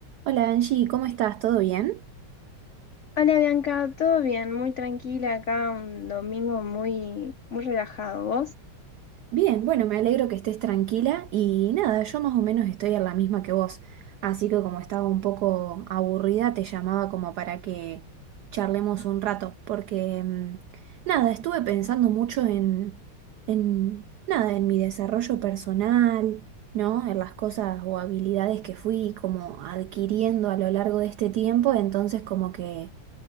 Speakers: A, on the right; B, on the left.
A: Hola Angie, ¿cómo estás? ¿Todo bien?
B: Hola Bianca, todo bien, muy tranquila acá, un domingo muy, muy relajado. ¿Vos?
A: Bien, bueno, me alegro que estés tranquila y nada, yo más o menos estoy en la misma que vos, así que como estaba un poco aburrida, te llamaba como para que charlemos un rato, porque mm, nada, estuve pensando mucho en, en nada, en mi desarrollo personal, ¿no? En las cosas o habilidades que fui como adquiriendo a lo largo de este tiempo, entonces como que...